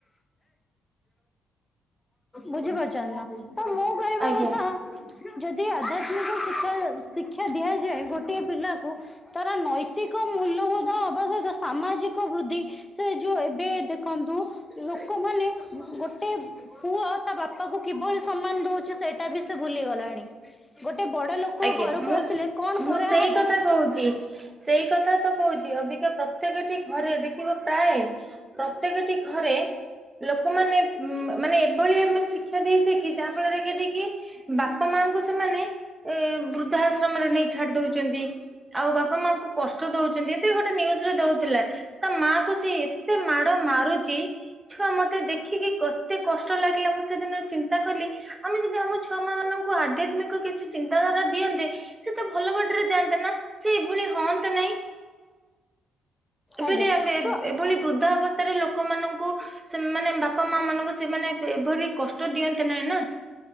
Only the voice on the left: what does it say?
ବୁଝିପାରୁଚନ୍ତି ନା। ତ ମୁଁ କହିବା
କଥା ଯଦି ଆଧ୍ୟାତ୍ମିକ ଶିକ୍ଷା -ଶିକ୍ଷା ଦିଆଯାଏ ଗୋଟିଏ ପିଲାକୁ ତାର ନୈତିକ ମୂଲ୍ୟବୋଧ ହବା ସହିତ ସାମାଜିକ ବୃଦ୍ଧି ସେ ଯଉ ଏବେ ଦେଖନ୍ତୁ ଲୋକମାନେ ଗୋଟେ ପୁଅ ତା ବାପା କୁ କିଭଳି ସମ୍ମାନ ଦଉଚି ସେଇଟା ବି ସେ ଭୁଲି ଗଲାଣି ଗୋଟେ ବଡ ଲୋକ
ଘରକୁ
ଆସିଲେ
କଣ କରାହବ
ଆଜ୍ଞା
ଯୋଉ